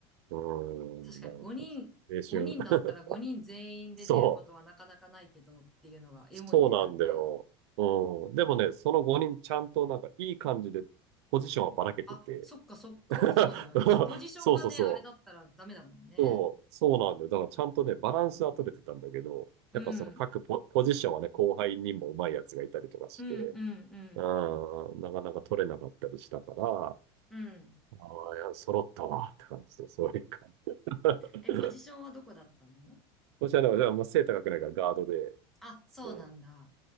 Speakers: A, on the right (about 85°); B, in the centre.
A: うーん、
B: 確かに5人、
A: なんか青春。
B: 5人だったら5人全員で出ることはなかなかないけどっていうのがエモいね、
A: <laughs> そう。そうなんだよ。
B: なんか。
A: うん。でもね、その5人ちゃんとなんかいい感じでポジションはばらけてて。
B: あ、そっかそっか、
A: <laughs>
B: そうだよね。ポジションがね、
A: そうそうそう。
B: あれだったらダメだもんね。
A: そう、そうなんだよ。だからちゃんとね、バランスは取れてたんだけど、
B: うん、
A: やっぱその各ポ、ポジションはね、後輩にも上手いやつがいたりとかして、
B: うん、うん、うん、
A: うん、なかなか取れなかったりしたから、あ
B: うん。
A: あ、いや、揃ったわって感じで、そういう感じ。<laughs>
B: え、ポジションはどこだったの
A: そしたら、じゃあ、まあ、背高くないからガードで、
B: あ、そうなんだ。
A: そ